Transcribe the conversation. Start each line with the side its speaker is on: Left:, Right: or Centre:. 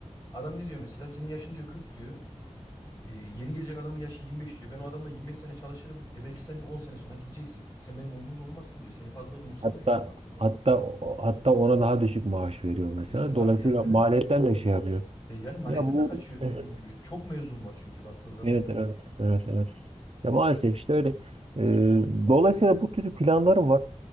Left: adam ne diyor mesela? Senin yaşın diyor 40 diyor. E, Yeni gelecek adamın yaşı 25 diyor. Ben o adamla 25 sene çalışırım. E belki senin 10 sene sonra gideceksin. Sen benim umurumda olmazsın diyor. Seni fazla umursamıyor
Right: Hatta
Left: yani baktığı zaman.
Right: hatta hatta ona daha düşük maaş veriyor mesela.
Left: E İşte
Right: Dolayısıyla
Left: da ya evet.
Right: maliyetten de şey yapıyor.
Left: E, yani maliyetten
Right: Ya bu
Left: de kaçıyor
Right: işte,
Left: dediğin gibi. Çok mezun var çünkü baktığı zaman.
Right: Evet, evet, evet, evet. Ya
Left: Yani
Right: maalesef işte öyle. Ee, dolayısıyla bu tür planlarım var.